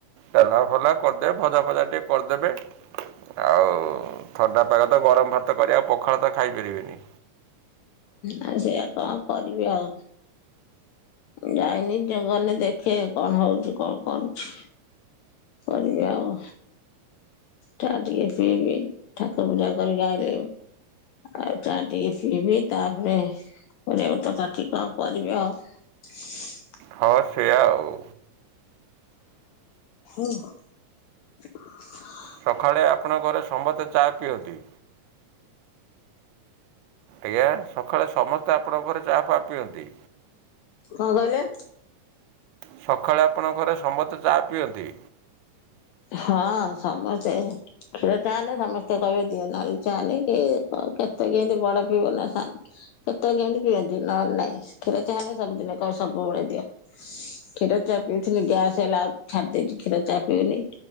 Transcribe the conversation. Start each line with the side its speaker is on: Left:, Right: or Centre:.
Right: ଡାଲାମାଫାଲମା। କରିଦେବେ ଭଜା ଫଜା ଟିକେ କରିଦେବେ ଆଉ ଥଣ୍ଡା ପାଗ ତ ଗରମ ଭାତ କରି ଆଉ ପଖାଳ ତ ଖାଇପାରିବେନି।
Left: ଆଉ ସେଇଆ କଣ କରିବି ଆଉ? ଯାଇନି ଗନେ ଦେଖେ କଣ ହଉଛି କଣ କରୁଛି। କରିବି ଆଉ। ଚା ଟିକେ ପିଇବି ଠାକୁର ପୂଜା କରିକି ଆଇଲି। ଆଉ ଚା ଟିକେ ପିଇବି ତାପରେ ପରିବାପତ୍ର କାଟିକି କଣ କରିବି ଆଉ। ସି। <inaudible>
Right: ହଁ ସେୟା ଆଉ।
Left: ହ୍ୟାଲୋ <unintelligible>
Right: ସଖାଳେ ଆପଣଙ୍କ ଘରେ ସମସ୍ତେ ଚା ପିଅନ୍ତି? ଆଜ୍ଞା ସଖାଳେ ସମସ୍ତେ ଆପଣଙ୍କ ଘରେ ଚାହା ପାହା ପିଅନ୍ତି?
Left: କଣ କହିଲେ?
Right: ସଖାଳେ ଆପଣଙ୍କ ଘରେ ସମସ୍ତେ ଚା ପିଅନ୍ତି?
Left: ହଁ ସମସ୍ତେ। କ୍ଷୀର ଚା ନା ସମସ୍ତେ କହିବେ ଦିଅ ନାଲି ଚା ହେଲେ କିଏ କେତେ କେମତି ବଡ ପିଇବନି ଆ ସାନ୍ କେତୋଓଳେ କେମତି ପିଅନ୍ତି ନହଲେ ନାଇଁ କ୍ଷୀର ଚା ହେ ଲେ ସବୁଦିନ କହିବେ ସବୁବେଳେ ଦିଅ। କ୍ଷୀର ଚା ପିଉଥିଲି ଗ୍ୟାସ ହେଲା ଆଉ ଛାଡି ଦେଇଚି। କ୍ଷୀର ଚା ପିଉନି